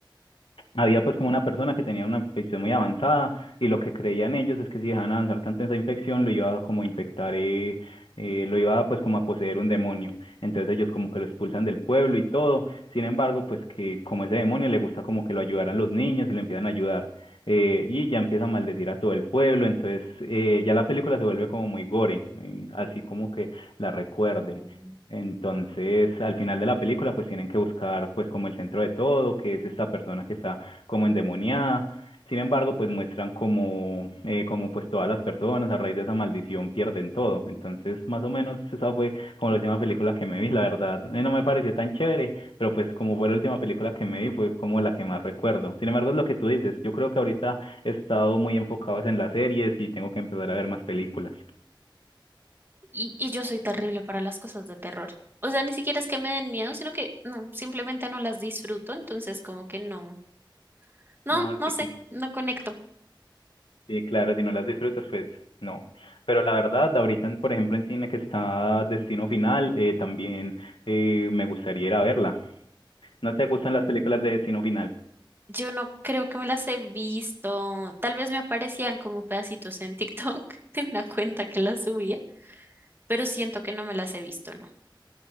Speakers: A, on the left (about 90°); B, on the right (about 25°).
A: Había pues como una persona que tenía una infección muy avanzada y lo que creían ellos es que si dejaban avanzar tanto esa infección lo iba a como infectar, eh, eh, lo iba pues como a poseer un demonio. Entonces ellos como que lo expulsan del pueblo y todo. Sin embargo, pues que como ese demonio le gusta como que lo ayudaran los niños y le empiezan a ayudar. Eh, y ya empieza a maldecir a todo el pueblo. Entonces eh, ya la película se vuelve como muy gore, eh, así como que la recuerde.
B: Mm.
A: Entonces, al final de la película, pues tienen que buscar, pues, como el centro de todo, que es esta persona que está como endemoniada. Sin embargo, pues muestran como, eh, como pues todas las personas a raíz de esa maldición pierden todo. Entonces, más o menos esa fue como la última película que me vi, la verdad. eh, No me pareció tan chévere, pero pues como fue la última película que me vi, fue como la que más recuerdo. Sin embargo, es lo que tú dices. Yo creo que ahorita he estado muy enfocado es en las series y tengo que empezar a ver más películas.
B: Y, y yo soy terrible para las cosas de terror. O sea, ni siquiera es que me den miedo, sino que no, simplemente no las disfruto, entonces como que no, no,
A: No,
B: no
A: sí.
B: sé, no conecto.
A: Sí, claro, si no las disfrutas, pues no. Pero la verdad, ahorita, en- por ejemplo, en cine que está Destino Final, eh, también eh, me gustaría ir a verla. ¿No te gustan las películas de Destino Final?
B: Yo no creo que me las he visto. Tal vez me aparecían como pedacitos en TikTok <laughs> de una cuenta que las subía, pero siento que no me las he visto, ¿no?